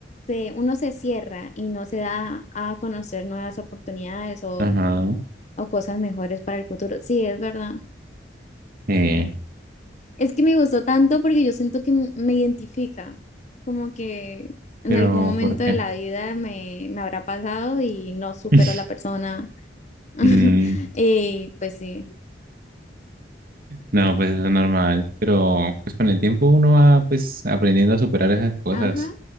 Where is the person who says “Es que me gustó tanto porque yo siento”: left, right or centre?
Left